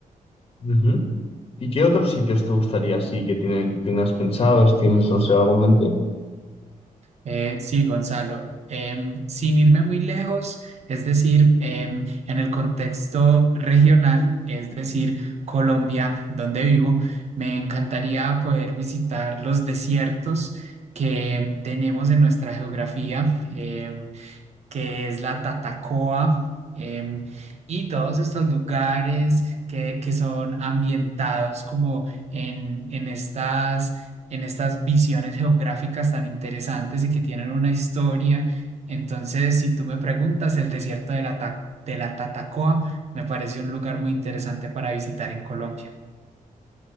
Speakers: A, on the left; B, on the right.
A: Ujú. ¿Y qué otros sitios te gustaría así que tienen, tengas pensados? ¿Tienes, no sé, algo en mente?
B: Eh, sí, Gonzalo, em, sin irme muy lejos, es decir, em, en el contexto regional, es decir, Colombia, donde vivo, me encantaría poder visitar los desiertos que tenemos en nuestra geografía. em, que es la Tatacoa, em, y todos estos lugares que, que son ambientados como en, en estas, en estas visiones geográficas tan interesantes y que tienen una historia. Entonces, si tú me preguntas, el desierto de la, Ta- de la Tatacoa me parece un lugar muy interesante para visitar en Colombia.